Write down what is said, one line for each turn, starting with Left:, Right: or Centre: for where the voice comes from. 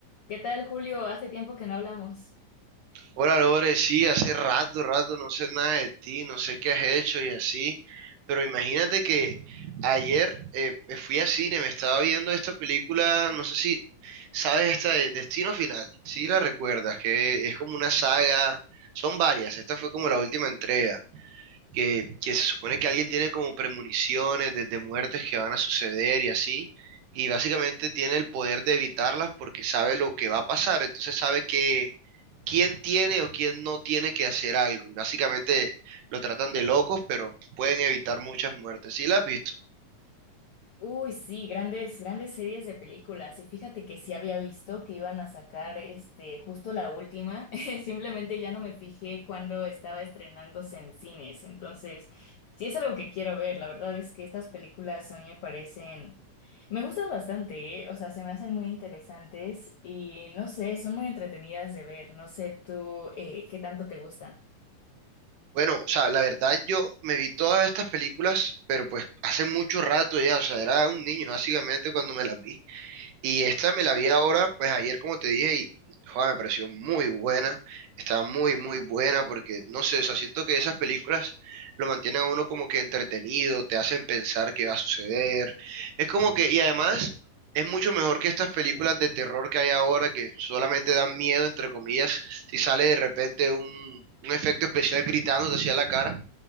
Left: ¿Qué tal, Julio? Hace tiempo que no hablamos.
Right: Hola Lore, sí, hace rato, rato no sé nada de ti, no sé qué has hecho y así, pero imagínate que ayer eh, fui a cine, me estaba viendo esta película, no sé si sabes esta de Destino Final, sí la recuerdas, que es como una saga, son varias, esta fue como la última entrega que, que se supone que alguien tiene como premoniciones de, de muertes que van a suceder y así, y básicamente tiene el poder de evitarlas porque sabe lo que va a pasar, entonces sabe que quién tiene o quién no tiene que hacer algo. y Básicamente lo tratan de locos, pero pueden evitar muchas muertes. ¿Sí las has visto?
Left: Uy, sí, grandes, grandes series de películas. Y fíjate que sí había visto que iban a sacar este, justo la última. <laughs> Simplemente ya no me fijé cuando estaba estrenándose en cines. Entonces, sí es algo que quiero ver. La verdad es que estas películas a mí me parecen, me gustan bastante, ¿eh? O sea, se me hacen muy interesantes y no sé, son muy entretenidas de ver. No sé tú, eh, qué tanto te gustan.
Right: Bueno, o sea, la verdad yo me vi todas estas películas, pero pues hace mucho rato ya, o sea, era un niño básicamente cuando me las vi. Y esta me la vi ahora, pues ayer como te dije, y joder, me pareció muy buena, estaba muy, muy buena porque, no sé, o sea, siento que esas películas lo mantienen a uno como que entretenido, te hacen pensar qué va a suceder. Es como que, y además es mucho mejor que estas películas de terror que hay ahora que solamente dan miedo, entre comillas, si sale de repente un, un efecto especial gritándote hacia la cara,